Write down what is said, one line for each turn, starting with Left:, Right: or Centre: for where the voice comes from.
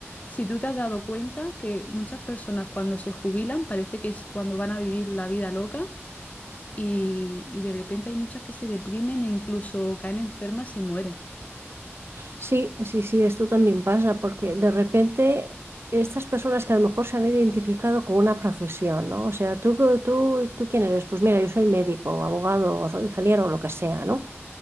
Left: Si tú te has dado cuenta que muchas personas cuando se jubilan parece que es cuando van a vivir la vida loca, y, y de repente hay muchas que se deprimen e incluso caen enfermas y mueren.
Right: Sí, sí, sí, esto también pasa, porque de repente estas personas que a lo mejor se han identificado con una profesión, ¿no? O sea, ¿tú, qué- tú, tú quién eres? Pues mira, yo soy médico, o abogado, o soy ingeniero, o lo que sea, ¿no?